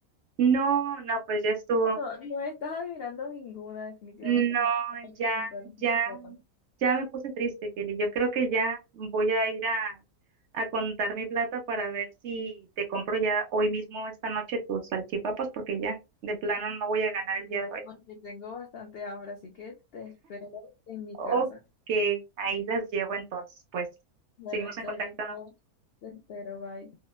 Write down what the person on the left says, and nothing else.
No, no estás adivinando ninguna, definitivamente
no. Hay
que pintar un poquito,
sí,
Porque tengo bastante hambre, así que te espero en mi
casa.
Bueno,
chaito,
te espero, bye.